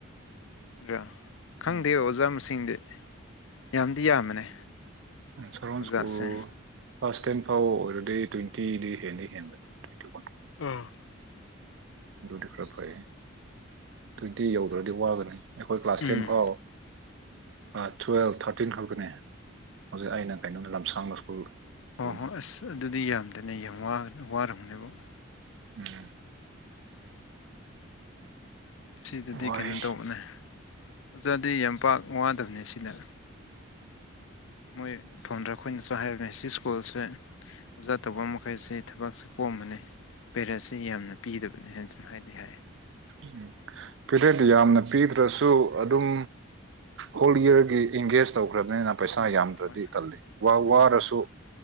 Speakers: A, on the left (about 70°); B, on the right (about 60°).
A: ꯑ ꯈꯪꯗꯦ
B: ꯎꯝ
A: ꯑꯣꯖꯥ ꯃꯁꯤꯡꯗꯤ ꯌꯥꯝꯗꯤ ꯌꯥꯝꯕꯅꯦ
B: ꯎꯝ ꯁ‌ꯣꯔ‌ꯣꯟ
A: ꯑꯣꯖꯥꯁꯦ
B: ꯁ꯭ꯀꯨꯜ ꯀ꯭ꯂꯥꯁ ꯇꯦꯟ ꯐꯥꯎ ꯑꯣꯏꯔꯗꯤ ꯇ꯭ꯋꯦꯟꯇꯤꯗꯤ ꯍꯦꯟꯗꯤ ꯍꯦꯟꯕꯅꯤ ꯇ꯭ꯋꯦꯟꯇꯤ ꯋꯥꯟ
A: ꯑꯣ
B: ꯑꯗꯨꯗꯤ ꯈꯔ ꯐꯩ ꯇ꯭ꯋꯦꯟꯇꯤ ꯌꯧꯗ꯭ꯔꯗꯤ ꯋꯥꯒꯅꯤ ꯑꯩꯈꯣꯏ ꯀ꯭ꯂꯥꯁ
A: ꯎꯝ
B: ꯇꯦꯟ ꯐꯥꯎ ꯑꯥ ꯇꯨꯋꯦꯜꯐ ꯊꯥꯔꯇꯤꯟ ꯈꯛꯇꯅꯦ ꯍꯧꯖꯤꯛ ꯑꯩꯅ ꯀꯩꯅꯣꯗ ꯂꯝꯁꯥꯡ ꯂ ꯁ꯭ꯀꯨꯜ
A: ꯍꯣ
B: ꯎꯝ
A: ꯍꯣꯏ ꯑꯁ ꯑꯗꯨꯗꯤ ꯌꯥꯝꯗ‌ꯦꯅꯦ ꯌꯥꯝ ꯋꯥꯒ ꯋꯥꯔꯝꯅꯦꯕ‌ꯣ
B: ꯎꯝ
A: ꯁꯤꯗꯗꯤ
B: ꯋꯥꯏ
A: ꯀꯩꯅꯣ ꯇꯧꯕꯅꯦ ꯑꯣꯖꯥꯗꯤ ꯌꯥꯝ ꯄꯥꯛ ꯋꯥꯗꯕꯅꯦ ꯁꯤꯅ ꯃꯣꯏ ꯐꯥꯖꯟꯗ꯭ꯔ ꯑꯩꯈꯣꯏꯅꯁꯨ ꯍꯥꯏꯕꯅꯦ ꯁꯤ ꯁ꯭ꯀꯨꯜꯁꯦ ꯑꯣꯖꯥ ꯇꯧꯕ ꯃꯈꯩꯁꯤ ꯊꯕꯛꯁꯦ ꯀꯣꯝꯕꯅꯦ ꯄꯦꯔꯦꯠꯁꯤ ꯌꯥꯝꯅ ꯄꯤꯗꯕꯅꯦ ꯍꯥꯏꯅ ꯑꯗꯨꯝ ꯍꯥꯏꯗꯤ ꯍꯥꯏ
B: ꯎꯝ ꯄ‌ꯦꯔꯠ ꯌꯥꯝꯅ ꯄꯤꯗ꯭ꯔꯁꯨ ꯑꯗꯨꯝ ꯍꯣꯜ ꯏꯌꯔꯒꯤ ꯑꯦꯡꯒꯦꯖ ꯇꯧꯈ꯭ꯔꯕꯅꯤꯅ ꯄꯩꯁꯥ
A: ꯎꯝ
B: ꯌꯥꯝꯗ꯭ꯔꯗꯤ
A: ꯍꯣꯏ
B: ꯇꯜꯂꯤ ꯋꯥ ꯋꯥꯔꯁꯨ
A: ꯎꯝ ꯍꯣꯏ